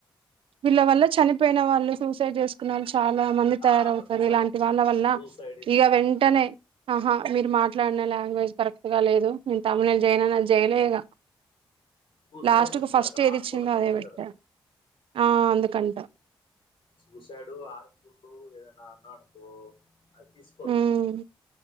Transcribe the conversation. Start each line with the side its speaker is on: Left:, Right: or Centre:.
Right: వాలా వాళ్ళ చనిపోయిన వాళ్ళు సూసైడ్ చేసుకునేవారు చాలా మంది
Left: ఆ,
Right: తయారవుతారు
Left: అక్కడ సూసైడ్
Right: ఇలాంటి
Left: అని వచ్చింది
Right: వాళ్ళ
Left: కదా
Right: వల్ల
Left: సూసైడ్
Right: ఇక వెంటనే ఆహా మీరు మా మాట్లాడిన లాంగ్వేజ్ కరెక్ట్ గా లేదు నేను తమ్మినేల్ చేయాలని చేయాలె ఇగా
Left: సూసైడ్
Right: లాస్ట్
Left: అని వచ్చింది
Right: కు ఫస్ట్
Left: కదా అక్కడ
Right: ఏది
Left: ఆర్ఫుల్
Right: ఇచ్చిందో
Left: అని
Right: అదే
Left: చెప్పింది
Right: పెట్టా
Left: కదా
Right: ఆ అందుకంట
Left: సూసైడు ఆరు ఫుల్ ఏదన్నా అన్నా అనుకో అది తీసుకోదు
Right: ఉమ్